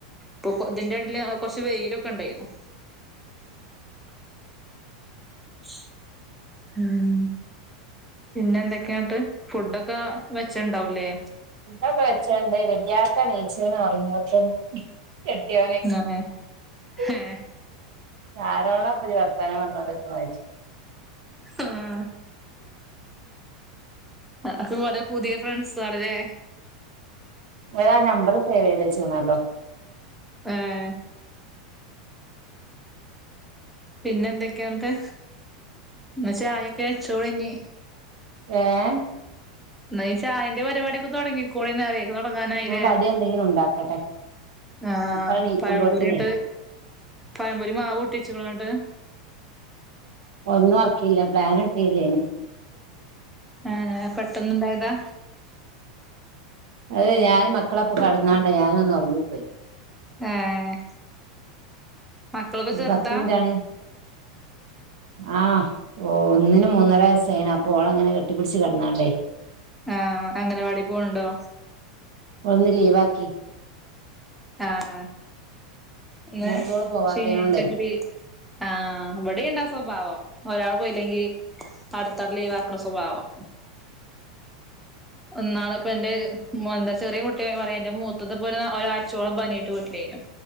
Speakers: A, in the centre; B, on the right (about 70°).
A: പ്പൊ കൊ ഇതിന്റെടെല് ആ കൊർച്ച് വെയിലൊക്ക ണ്ടായീന്നു. ശ് ഉം. പിന്ന ന്തൊക്കെ ന്നട്ട് ഫുഡൊക്ക വെച്ചുണ്ടാവൂലേ?
B: ഡൊക്ക വെച്ചണ്ടേന് ല്യാക്കണീച്ച്ണ് ഒർങ്യോട്ത് ന്ന്. കെട്ട്യോന്
A: ഏഹ്
B: ഉ
A: ഏഹ്
B: ആരോടപ്പജ് വർത്താനം പർഞ്ഞോണ്ട് വായ്ച്ച്-
A: ആഹ് അഹ് കൊറെ പുത്യേ ഫ്രണ്ട്സാള് ലേ?
B: ഓലാ നമ്പറ് സേവെയ്ത് വെച്ചേണല്ലോ.
A: ഏഹ്. പിന്നെന്തൊക്കെയാൻട്ട് ന്നാ ചായൊക്കെ വെച്ചോളി ഞ്ഞ്
B: ഏഹ്
A: ന്നയി ചായന്റെ പരിപാടിയൊക്കെ തൊട്ങ്ങിക്കൊളി ന്നാല് വങ്ങാനായിലെ
B: ഞാൻ കടി എന്തെങ്കിലും ഉണ്ടാക്കട്ടെ
A: ആഹ്
B: മക്കൾ നീക്കുമ്പോഴത്തിനേ
A: പഴമ്പൊരിണ്ട്. പാരമ്പൊരി മാവൂട്ട്യെച്ച്ക്ണ ന്നട്ട്
B: ഒന്നുആക്കീല്ല പ്ലാനിട്ടീല്ലെനി
A: ഏഹ് പെട്ടെന്ന്ണ്ടായതാ
B: അത് ഞാന് മക്കളപ്പം കട്ന്നാണ്ട് ഞാനൊന്നൊർങ്ങിപ്പോയ്
A: ഏഹ് മക്കളൊക്കെ
B: ഒരു
A: ചെർതാ
B: പത്ത് മിനിറ്റാണെ ആഹ് ഒന്നിന് മൂന്നര വയസ്സായീണ് അപ്പൊ ഓളങ്ങനെ കെട്ടിപ്പിട്ച്ച് കെട്ന്നാണ്ടെ
A: ആ അങ്ങനവാടി പോണ് ണ്ടോ
B: ഓൾന്ന് ലീവാക്കി
A: ആഹ് ന്ന്
B: മൂത്തോള് പോവാത്തേനോണ്ടേ
A: ശനിയായ്ചക് ലീ ആഹ് ഇവടീണ്ടാ സ്വഭാവം ഒരാള് പോയില്ലങ്കി അട്ത്താൾ ലീവാക്ക്ണ സ്വഭാവം ന്നാള്പ്പെന്റെ മൊ ചെറിയ കുട്ടി പറയാ ന്റെ മൂത്തത്പ്പൊര് ഒരാഴ്ചോളം പനിയായ്ട്ട് വീട്ടിലെയ്‌നി